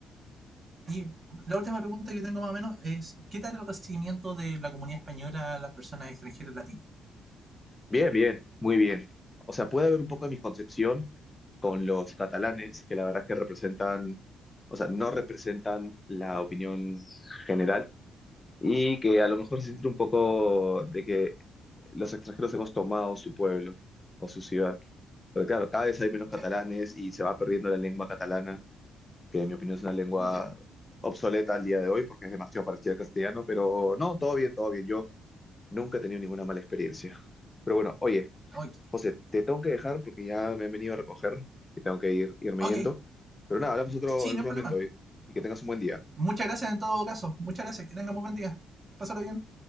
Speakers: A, on the right (about 30°); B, on the left (about 20°).
A: Y la última pregunta que tengo más o menos es, ¿qué tal el recibimiento de la comunidad española a las personas extranjeras latinas?
B: Bien, bien, muy bien. O sea, puede haber un poco de misconcepción con los catalanes, que la verdad es que representan, o sea, no representan la opinión general y que a lo mejor se siente un poco de que los extranjeros hemos tomado su pueblo o su ciudad. Pero claro, cada vez hay
A: Mm,
B: menos catalanes
A: Sí,
B: y se va perdiendo la lengua catalana, que en mi opinión es una lengua
A: entiendo.
B: obsoleta al día de hoy porque es demasiado parecida al castellano, pero no, todo bien, todo bien. Yo nunca he tenido ninguna mala experiencia. Pero bueno, oye.
A: Ok.
B: José, te tengo que dejar porque ya me han venido a recoger y tengo que ir, irme
A: Ok,
B: yendo. Pero nada, hablamos otro,
A: sí,
B: en
A: no
B: otro
A: hay problema.
B: momento hoy y que tengas un buen día.
A: Muchas gracias en todo caso. Muchas gracias. Que tengan muy buen día. Pásalo bien.